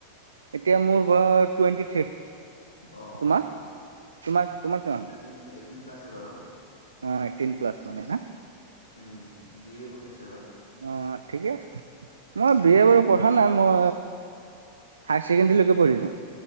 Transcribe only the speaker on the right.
এতিয়া মোৰ টুৱেণ্টি থ্ৰী।
তোমাৰ, তোমাৰ, তোমাৰ, কিমান?
অ' এইটিন প্লাছ মানে না।
অ' ঠিকে আছে মই বি এ বাৰু পঢ়া নাই, মই হাই ছেকেণ্ডেৰী লৈকে পঢ়িলো।